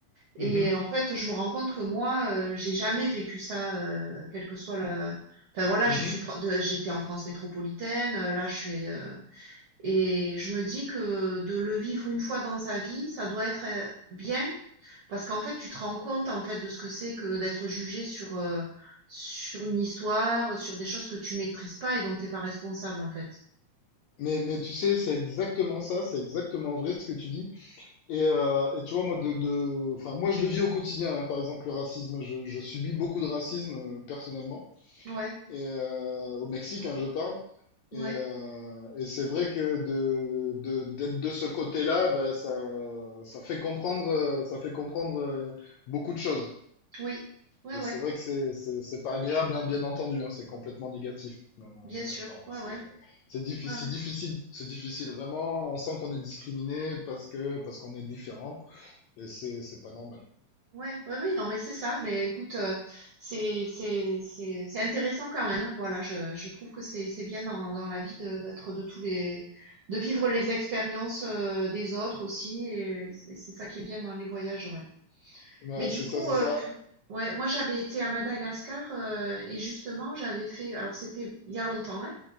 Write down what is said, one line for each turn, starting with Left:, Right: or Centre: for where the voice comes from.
Right: Et
Left: Mhm.
Right: en fait, je me rends compte que moi, euh, j'ai jamais vécu ça, euh, quel que soit le. Enfin voilà,
Left: Mhm.
Right: je suis, fr- de- j'étais en France métropolitaine. euh, Là, je suis, euh, et je me dis que de le vivre une fois dans sa vie, ça doit être euh, bien parce qu'en fait, tu te rends compte en fait de ce que c'est que d'être jugé sur euh, sur une histoire, sur des choses que tu maîtrises pas et dont t'es pas responsable en fait.
Left: Mais, mais tu sais, c'est exactement ça, c'est exactement vrai ce que tu dis. Et, euh, et tu vois, moi, de, de, enfin, moi, je le vis au quotidien, hein, par exemple, le racisme. Je, je subis beaucoup de racisme, euh, personnellement,
Right: Ouais,
Left: et, euh, au Mexique, hein, je parle.
Right: ouais,
Left: Et, euh, et c'est vrai que de, de, d'être de ce côté-là, bah, ça, ça fait comprendre, euh, ça fait comprendre euh, beaucoup de choses.
Right: oui, ouais,
Left: Et
Right: ouais,
Left: c'est vrai que c'est c'est- c'est pas agréable, hein, bien entendu, hein, c'est complètement négatif, même, hein,
Right: bien
Left: on est
Right: sûr,
Left: d'accord.
Right: ouais,
Left: hein, c'est
Right: ouais,
Left: c'est difficile,
Right: ouais, ouais.
Left: difficile, c'est difficile, vraiment. On sent qu'on est discriminé parce que parce qu'on est différent, et c'est c'est pas normal.
Right: Ouais, ouais, oui, non, mais c'est ça. Mais écoute, euh, c'est c'est c'est c'est intéressant quand même. hein. Voilà, je je trouve que c'est c'est bien dans dans la vie de d'être de tous les de vivre les expériences euh, des autres aussi. Et c'est c'est ça qui est bien dans les voyages, ouais.
Left: Ouais,
Right: Mais du
Left: c'est
Right: coup,
Left: ça, c'est
Right: euh,
Left: ça.
Right: ouais, moi j'avais été à Madagascar euh, et justement j'avais fait. Alors c'était il y a longtemps, hein,